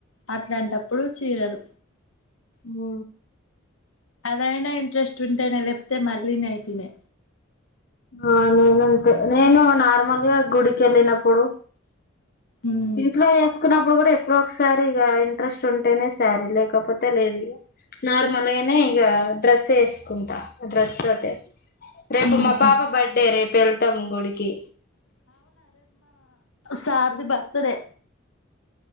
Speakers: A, on the left; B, on the left.
A: అట్లాంటప్పుడు చీరలు
B: మో
A: అదైనా ఇంట్రెస్ట్ ఉంటేనే లేపోతే మళ్ళీ నైటినే
B: ఆ నేనంతే నేను నార్మల్గా గుడికెళ్ళినప్పుడు
A: ఉమ్
B: ఇంట్లో ఏస్ కునప్పుడు కూడా ఎప్పుడో ఒకసారి ఇగ ఇంట్రెస్ సుంటేనే శారీ లేకపోతే లేదిగ లేనే ఇగ డ్రెస్ ఏసుకుంటా డ్రస్ తోటే రేపు
A: ఉహు
B: మా పాప బర్డే రే పెళ్టాం గుడికి
A: సార్ ది బర్త్ డే